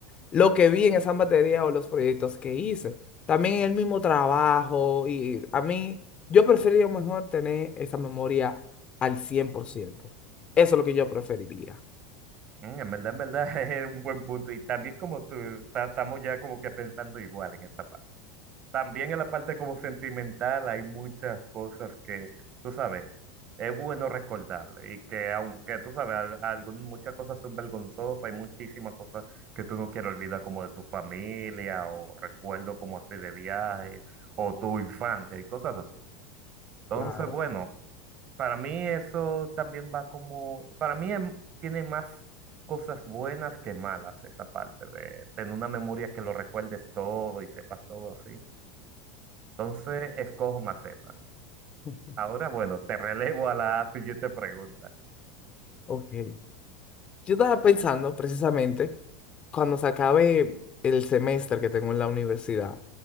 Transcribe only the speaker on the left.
lo que vi en esas materias o los proyectos que hice. También el mismo trabajo y a mí, yo preferiría mejor tener esa memoria al cien por ciento, Eso es lo que yo preferiría.
Claro.
<laughs>
Ok. Yo estaba pensando precisamente cuando se acabe el semestre que tengo en la universidad,